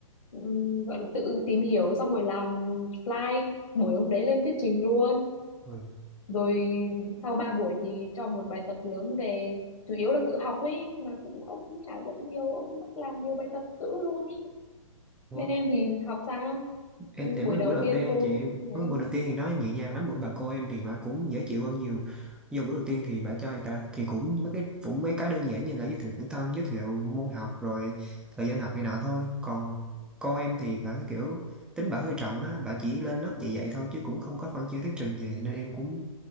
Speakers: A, on the left; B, in the centre.
A: ừ, gọi là tự tìm hiểu xong rồi làm slide buổi hôm đấy lên thuyết trình luôn
B: Ôi,
A: rồi sau 3 buổi thì cho một bài tập lớn về chủ yếu là tự học ấy mà cũng ông cũng chả dạy nhiều ông bắt làm nhiều bài tập dữ luôn ý
B: Ủa
A: bên em thì học sao
B: em
A: Ừ,
B: thì
A: buổi
B: mới
A: đầu
B: buổi đầu
A: tiên
B: tiên
A: cô
B: chị
A: thấy
B: mới buổi
A: không
B: đầu tiên thì nó nhẹ nhàng lắm bữa bà cô em thì mà cũng dễ chịu hơn nhiều. Vô buổi đầu tiên thì bà cho người ta thì cũng mấy cái cũng mấy cái đơn giản như là giới thiệu bản thân, giới thiệu môn học rồi thời gian học này nọ thôi. Còn cô em thì bà cái kiểu tính bà hơi trầm á, bà chỉ lên lớp dạy dạy thôi chứ cũng không có phân chia thuyết trình gì nên em cũng